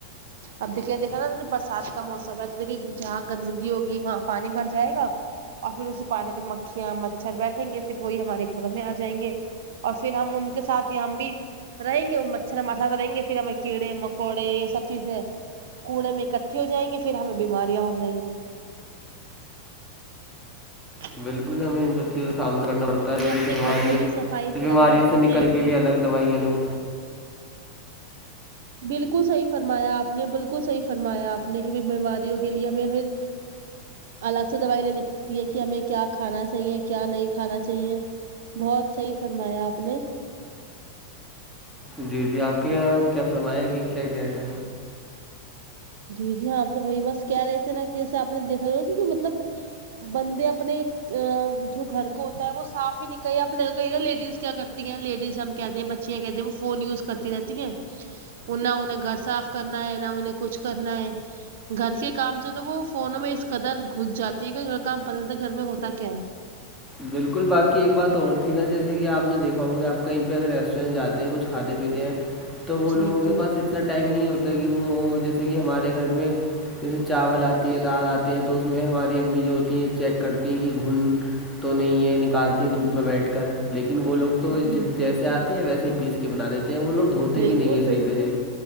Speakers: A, on the right; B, in the centre.
A: اب دیکھیے دیکھا نا برسات کا موسم ہے تو دیکھیے جہاں گندگی ہوگی وہاں پانی بھر جائے گا اور پھر اسی پانی پہ مکھیاں مچھر بیٹھیں گے پھر وہی ہمارے گھروں میں آ جائیں گے اور پھر ہم ان کے ساتھ یہاں ہم بھی رہیں گے وہ مچھر ہمار سات رہیں گے پھر ہمیں کیڑے مکوڑے سب چیزیں کوڑے میں اکٹھی ہو جائیں گی پھر ہمیں بیماریاں ہو جائیں گی ناقابل سماعت
B: بالکل ہمیں ان سب چیزوں کا سامنا کرنا پڑتا ہے
A: ہمیں
B: جو
A: اپنے
B: اس
A: گھر کو بھی صفائی
B: بیماریوں
A: رکھنا چاہیے
B: سے نکلنے کے لیے الگ دوائیا لو
A: باکل صحیح فرمایا آپ نے باکل صحیح فرمایا آپ نے بیماریوں کے لیے میں پھر الگ سے دوائی لینی پڑتی ہے کہ ہمیں کیا کھانا چاہیے کیا نہیں کھانا چاہیے بہت صحیح فرمایا آپ نے
B: جی جی آپ کے یہاں کیا فرمائے گی کیا کیا ہے
A: جی جی ہاں آپ سے وہی بس کہہ رہے تھے نا کہ جیسے آپ نے دیکھا ہو ہوا تھا کہ مطلب بندے اپنے ا جو گھر کو ہوتا ہے وہ صاف ہی نئی کریگی نا لیڈیز کیا کرتی ہیں لیڈیز ہم کہتے ہیں بچ فون یز کرتی رہتی ہیں نہ انے گھر صاف کرنا ہے نہ انے کچھ کرنا ہے گھر کے کام سے تو وہ فونوں میں اس قدر گھس جاتی ہیں کہ گھر کا کام پتا تھا گھر میں ہوتا کیا ہے
B: بالکل باقی ایک بات اور تھی نا جیسے کہ آپ نے دیکھا ہوگا آپ کہیں پہ اگر ریسٹورینٹ جاتے جاتے ہے کچھ کھاتے پیتے ہیں تو وہ
A: جی
B: لوگوں کے
A: جی
B: پاس اتنا ٹائم نہیں ہوتا کہ وہ جیسے کہ ہمارے گھر میں جیسے چاول آتی ہے دال آتے ہیں تو اس میں ہماری امی جو ہوتی ہیں چیک کرتی ہیں کہ گھن تو نہیں ہے نکالتی ہیں دھوپ میں بیٹھ کر لیکن وہ لوگ تو
A: جی
B: جیسے
A: جی جی
B: آتے ہیں ویسے ہی پیس کے بنا دیتے ہیں وہ لوگ دھوتے
A: بالکل
B: بھی نہیں ہیں صحیح
A: بالکل
B: سے